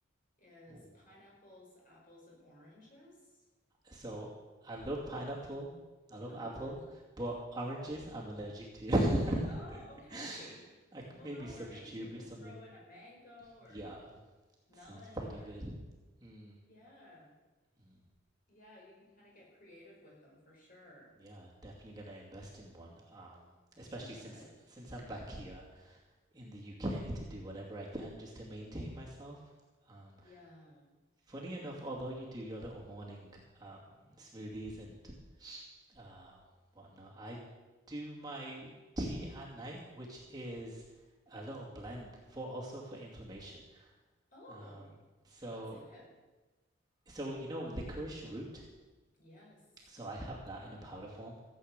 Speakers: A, on the left; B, on the right.
A: is
B: Ooh.
A: pineapples, apples, and oranges.
B: So I love pineapple. I love
A: Oh,
B: apple,
A: good.
B: but oranges I'm allergic to. <laughs>
A: Oh, okay.
B: I could
A: Well,
B: maybe
A: no
B: substitute
A: worries. You
B: with
A: could
B: something.
A: throw in a mango or
B: Yeah,
A: melon
B: sounds pretty
A: or
B: good. Mm.
A: yeah.
B: Mm.
A: Yeah, you can kind of get creative with them for sure.
B: Yeah, definitely gonna invest in one. Um, especially
A: Oh, good.
B: since since I'm back here in the UK, I need to do whatever I can just to maintain myself. Um,
A: Yeah.
B: funny enough, although you do your little morning um, smoothies and uh, whatnot, I do my tea at night, which is a little blend for also for inflammation.
A: Oh,
B: Um, so
A: what's in it?
B: so you know licorice root.
A: Yes.
B: So I have that in a powder form.